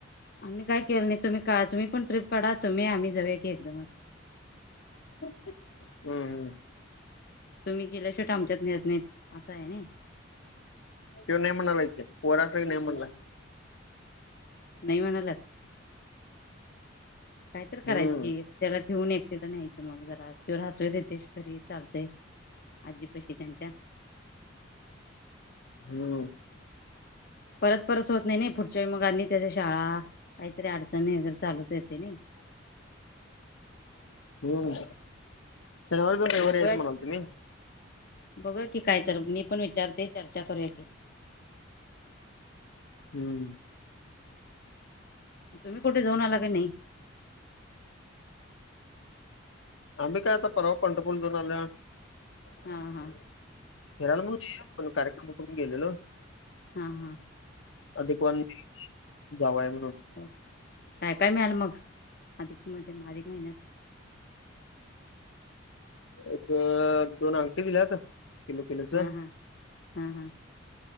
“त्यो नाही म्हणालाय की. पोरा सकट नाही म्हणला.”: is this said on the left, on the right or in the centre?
Left